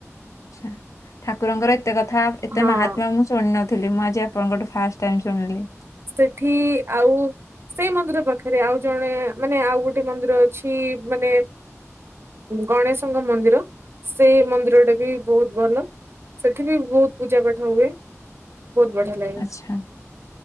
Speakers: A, on the left; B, on the right.
A: ଆଛା ଠାକୁରଙ୍କର ଏତେ କଥା ଏତେ
B: ହଁ
A: ମହାତ୍ମ୍ୟ, ମୁଁ ଶୁଣି ନ ଥିଲି ମୁଁ ଆଜି ଆପଣଙ୍କ ଠୁ ଫାଷ୍ଟ ଟାଇମ ଶୁଣିଲି ।
B: ସେଠି ଆଉ ସେଇ ମନ୍ଦିର ପାଖରେ, ଆଉ ଜଣେ ମାନେ ଆଉ ଗୋ ଗୋଟେ ମନ୍ଦିର ଅଛି ମାନେ ଗଣେଶଙ୍କ ମନ୍ଦିର ସେଇ ମନ୍ଦିରଟେ ବି ବହୁତ ଭଲ ସେଠି ବି ବହୁତ ପୂଜା ପାଠ ହୁଏ । ବହୁତ ବଢିଆ ଲାଗେ।
A: ଆଚ୍ଛା